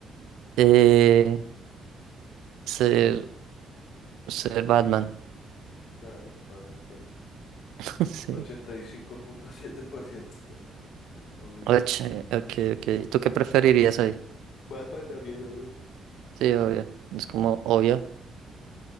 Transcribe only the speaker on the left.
Claro, es más áspero.
ochenta y cinco punto siete por ciento Obvio.
Yeah.
Batman también, obvio.